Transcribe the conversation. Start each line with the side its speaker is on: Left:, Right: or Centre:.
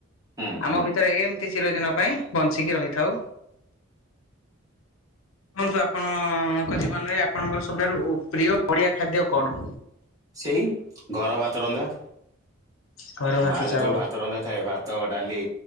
Right: ହୁଁ
Left: ଆମ
Right: ହୁଁ
Left: ଭିତରେ ଏମିତି ଚିରଦିନ ପାଇଁ ବଞ୍ଚିକି ରହିଥାଉ। <inaudible> କୁହନ୍ତୁ ଆପଣଙ୍କ ଜୀବନରେ ଆପଣଙ୍କର ସବୁଠାରୁ ଓ ପ୍ରିୟ ଓଡିଆ ଖାଦ୍ୟ କଣ?
Right: ସେଇ ଘର ଭାତ ରନ୍ଧା।
Left: ଘର ଭାତ
Right: ମା ଯେତେବେଳେ
Left: ଚାଉଳ
Right: ଭାତ ରନ୍ଧା ଥାଏ ଭାତ ଡାଲି